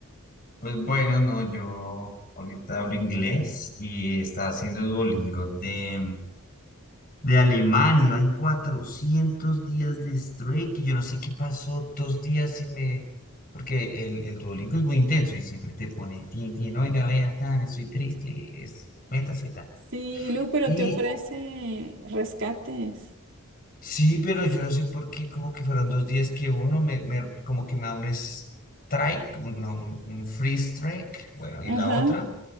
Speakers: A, on the left (about 40°); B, on the right (about 60°).
A: Pues bueno, no, yo ahorita hablo inglés y estaba haciendo Duolingo de, de alemán, iba en 400 días de strike y yo no sé qué pasó, dos días y me... Porque el, el Duolingo es muy intenso y siempre te pone, tin, tin, oiga, vea, tan, estoy triste, es, métase, tan.
B: Sí, y luego, pero
A: Y
B: te ofrece rescates.
A: sí, pero yo no sé por qué, como que fueron dos días que uno me, me- como que me da un strike, un, no, un, un free strike, bueno, y la
B: Ajá.
A: otra